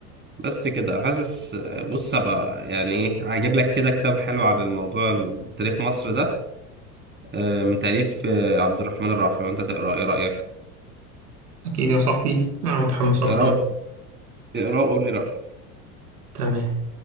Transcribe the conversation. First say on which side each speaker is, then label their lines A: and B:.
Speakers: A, on the right; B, on the right.
A: بس كده أنا حاسس بص هبقى يعني إيه هجيب لك كده كتاب حلو عن الموضوع تاريخ مصر ده آه، من تأليف آه، عبد الرحمن الرافعي وأنت تقرأ إيه رأيك؟
B: أكيد يا صاحبي أنا متحمس أقرأ
A: اقرأ اقرأ وقول لي رأيك
B: تمام